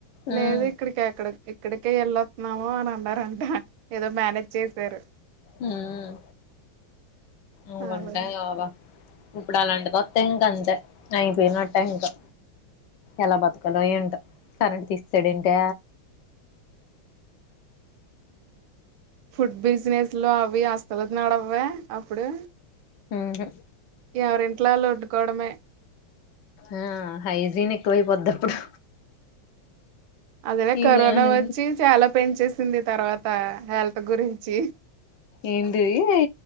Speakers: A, on the left (about 65°); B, on the right (about 75°).
A: ఉమ్
B: లేదు ఇక్కడికి ఎక్కడో ఇక్కడికే వెళ్ళొత్తున్నాము అని అన్నారంటే ఏదో మేనేజ్ చేశారు
A: హ్మ్ అ
B: అలా
A: ఉంటా గాబా ఇప్పుడు అలాంటిది వొత్తె ఇంక అంతే అయిపోయినట్టే ఇంకా ఎలా బతుకు కాలో ఏంటో కరెంట్ తీస్ సాడెంటి
B: ఫుడ్ బిజినెస్లు అవి అస్సలు నడవ్వే అప్పుడు
A: హుహ్
B: ఎవరింట్లో ఆల్లు వండుకోవడమే.
A: ఆ హైజీన్ ఎక్కువైపోద్ది అప్పుడు
B: అదేలే
A: ఇగానండి
B: కరోనా వచ్చి చాల పెంచేసింది తర్వాత హెల్త్ గురించి
A: ఏంటిది అ